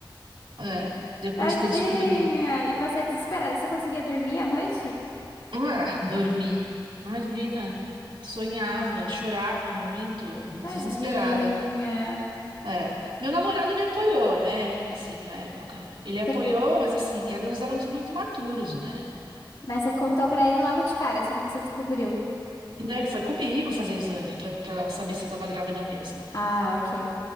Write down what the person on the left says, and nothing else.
Tadinha!
E você desesperada, você conseguia dormir à noite?
Tadinha.
Você-
Mas você contou pra ele logo de cara, assim que você descobriu.
Ah, ok.